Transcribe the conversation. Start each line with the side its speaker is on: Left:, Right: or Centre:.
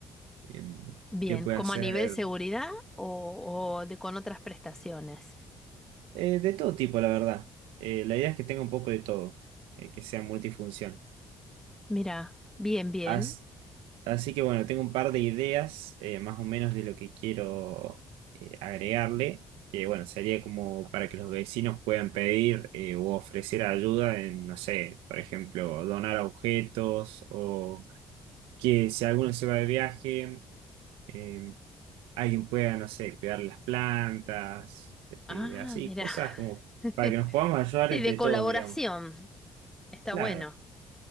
Right: Em,
Centre: Bien,
Right: que pueda
Centre: como
Right: ser
Centre: a nivel seguridad o, o de con otras prestaciones.
Right: Eh, de todo tipo, la verdad. Eh, la idea es que tenga un poco de todo, eh, que sea multifunción.
Centre: Mira, bien, bien.
Right: As- así que bueno, tengo un par de ideas eh, más o menos de lo que quiero eh, agregarle, que bueno, sería como para que los vecinos puedan pedir eh, o ofrecer ayuda en, no sé, por ejemplo, donar objetos o que si alguno se va de viaje, eh, alguien pueda, no sé, cuidar las plantas,
Centre: Ah,
Right: eh, así,
Centre: mira.
Right: cosas como
Centre: <laughs>
Right: para que nos podamos ayudar
Centre: Sí,
Right: entre
Centre: de colaboración.
Right: todos, digamos.
Centre: Está
Right: Claro.
Centre: bueno.